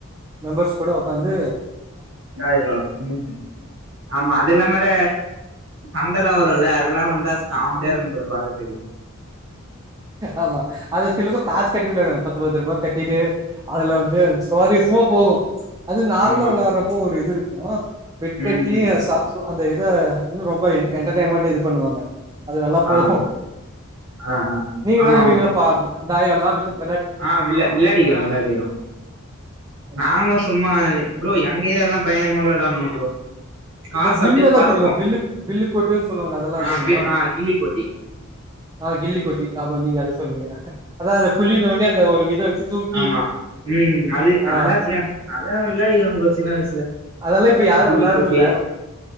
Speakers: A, on the right (about 15°); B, on the right (about 65°).
A: மெம்பர்ஸ் கூட ஒக்காந்து
B: நாயகா ம் ஆமா அது இல்லாம வர சந்தல வரு ம்ல அதெல்லா வந்தா ஸ்காம்டியா இருக்கு ப்ரோ பாக்கற்த்துக்கு
A: ஆமா அதுல சில பேரு காசு கட்டி விளாடுவாங்க பத்து பத்து ரூபா கட்டிட்டு அதுல வந்து ம் சுவாரிஸ்மா போகு அது நார்மலா
B: ஆமா
A: விளாட்றப்போ ஒரு இது இருக்கு பெட்கட்டி
B: ம் ம்
A: அ சா சோ அந்த இத இன்னு ரொம்ப என் என்டர்டெய்ன்மெண்ட இது பண்ணுவாங்க அது நல்லா
B: ஆ
A: போகு
B: ஆ ஆ
A: நீங்க
B: ஆமா
A: விளாடுவீங்களப்
B: ஆமா
A: பாப்போ தாயோல்லா வில்ல
B: ஆ விள விளாடிக்கறோ விளாடிக்கறோ
A: ஓகே
B: நாங்களு சும்மா ப்ரோ எங்க ஏரியாலலா பயங்கரமா வெளையாடுவானுங்க ப்ரோ காசு
A: இந்த பில்லு
B: அப்டியே
A: எல்லா
B: பறக்கு
A: தெரிமா பில்லுக்கு பில்லு கோட்டுன்னு சொல்லுவாங்க அதெல்லா
B: ஆ
A: தெரிமா
B: அப்டியே ஆ கில்லி கோட்டி
A: ஆ கில்லி கொட்டி அப்ப நீங்க அது சொல்வீங்க அதா அது குளி தோண்டி அந்த ஒரு இத வச்சு தூக்கி
B: ஆமா ம் அது
A: ஆ
B: அதல்லா சியா அதெல்லா விளாடிக்கர ப்ரோ சின்ன வயசுல
A: அதல்லா இப்ப யாரு
B: கில்லி
A: விளாடுறதுல்ல
B: கோட்டு